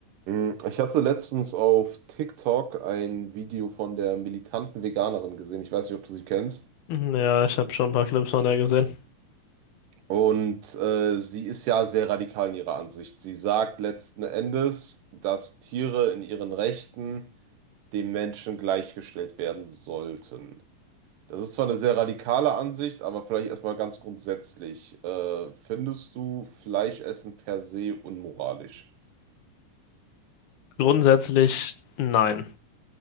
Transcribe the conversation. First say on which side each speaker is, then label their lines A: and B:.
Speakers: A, on the right; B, on the left.
A: Mm, Ich hatte letztens auf TikTok ein Video von der militanten Veganerin gesehen. Ich weiß nicht, ob du sie kennst.
B: Hm, Ja, ich habe schon ein paar Clips von der gesehen.
A: Und äh, sie ist ja sehr radikal in ihrer Ansicht. Sie sagt letzten Endes, dass Tiere in ihren Rechten dem Menschen gleichgestellt werden sollten. Das ist zwar eine sehr radikale Ansicht, aber vielleicht erstmal ganz grundsätzlich. Äh, findest du Fleischessen per se unmoralisch?
B: Grundsätzlich nein.